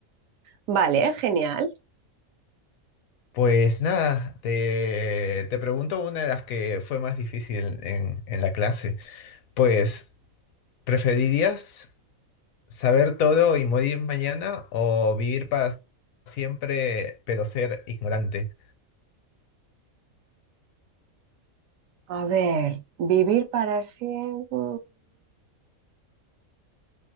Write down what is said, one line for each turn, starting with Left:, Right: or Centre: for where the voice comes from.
Right: Vale, genial.
Left: Pues nada, te, te pregunto una de las que fue más difícil en, en la clase. Pues, ¿preferirías saber todo y morir mañana o vivir para siempre pero ser ignorante?
Right: A ver, vivir para siempre.